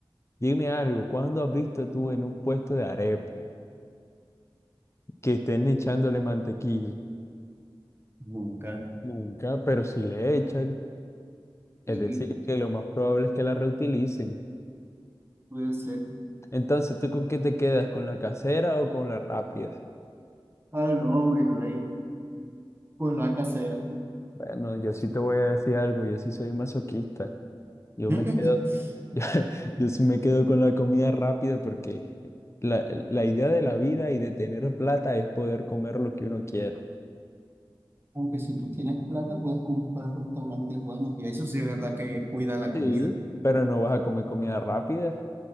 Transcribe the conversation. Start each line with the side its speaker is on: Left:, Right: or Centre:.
Left: Dime algo, ¿cuándo has visto tú en un puesto de arepa que estén echándole mantequilla?
Right: Nunca.
Left: Nunca, pero si le echan,
Right: Y
Left: es decir, que lo más probable es que la reutilicen.
Right: Puede ser
Left: Entonces, ¿tú con qué te quedas? ¿Con la casera o con la rápida?
Right: algo virrey con la casera.
Left: Bueno, yo sí te voy a decir algo, yo sí soy masoquista. Yo
Right: <laughs>
Left: me quedo <laughs> Yo sí me quedo con la comida rápida porque la, la idea de la vida y de tener plata es poder comer lo que uno quiera,
Right: Aunque si tú tienes plata, puedes comprar restaurantes buenos y eso sí es verdad que cuidan la
Left: Sí.
Right: comida.
Left: pero no vas a comer comida rápida.